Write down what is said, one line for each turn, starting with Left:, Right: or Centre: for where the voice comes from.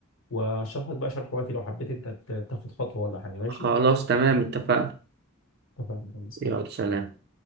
Left: وأشرح لك بقى شرح وافي لو حبيت أنت ت- تاخد خطوة ولا حاجة ماشي؟
Right: خلاص تمام اتفقنا
Left: اتفقنا
Right: يلا سلام